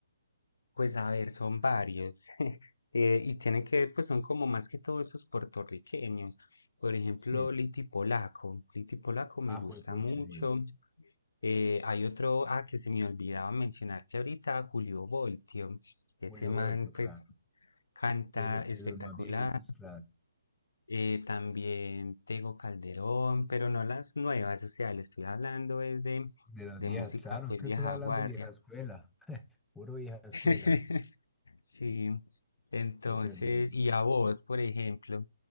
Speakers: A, on the left (about 85°); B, in the centre.
A: Pues a ver, son varios. <laughs> Eh, y tienen que ver, pues son como más que todos esos puertorriqueños. Por ejemplo,
B: Sí.
A: Liti Polaco. Liti Polaco me
B: Ah,
A: gusta
B: juepucha,
A: mucho.
B: sí.
A: Eh, hay otro, ah, que se me olvidaba mencionar que ahorita Julio Voltio, ese
B: Julio
A: man
B: Voltio,
A: pues
B: claro.
A: canta
B: De, lo- de
A: espectacular,
B: los más viejitos, claro.
A: eh, también Tego Calderón, pero no las nuevas, o sea, le estoy hablando es de,
B: De las
A: de
B: viejas,
A: música
B: claro,
A: pues
B: es que
A: vieja
B: estás hablando
A: guardia.
B: vieja escuela. Puro vieja escuela.
A: <laughs> Sí, entonces,
B: Súper bien.
A: y a vos, por ejemplo,